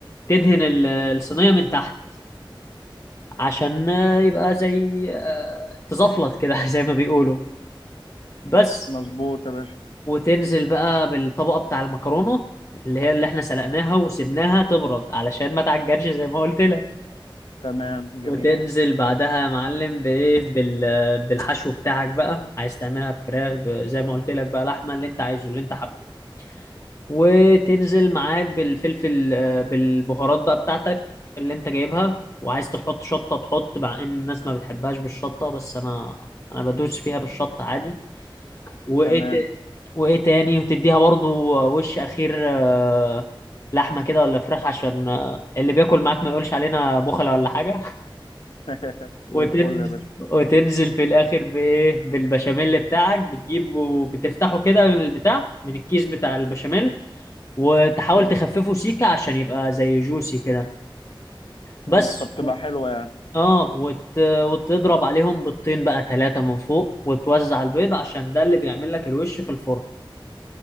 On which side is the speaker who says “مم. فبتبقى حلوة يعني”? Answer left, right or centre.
Left